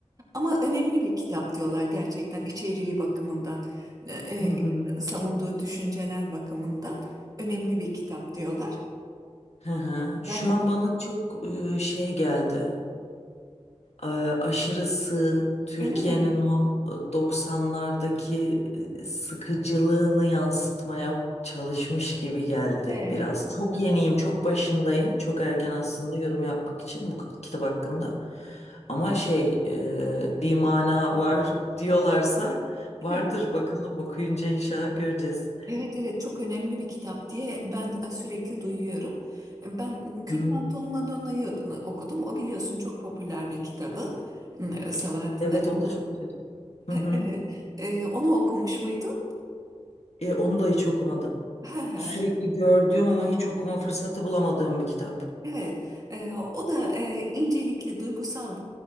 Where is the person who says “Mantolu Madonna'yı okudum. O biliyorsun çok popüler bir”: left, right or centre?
Right